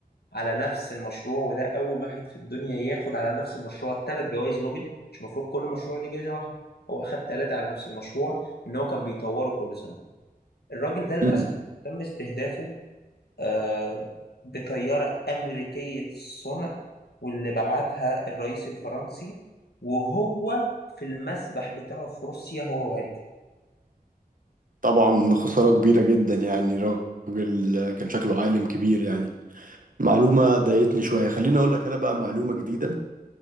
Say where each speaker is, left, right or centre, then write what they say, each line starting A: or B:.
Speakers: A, on the left; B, on the right.
A: على نفس المشروع وده أول واحد في الدنيا ياخد على نفس المشروع ثلاث جوائز نوبل مش المفروض كل مشروع ليه جايزة واحدة هو أخد ثلاثة على نفس المشروع إن هو كان بيطوره كل سنة الراجل ده للأسف
B: مم.
A: تم استهدافه آه بطيارة أمريكية الصنع واللي بعتها الرئيس الفرنسي وهو في المسبح بتاعه في روسيا هو وعيلته
B: طبعا خسارة كبيرة جدا يعني راجل كان شكله عالم كبير يعني معلومة ضايقتني شوية خليني أقول لك أنا بقى معلومة جديدة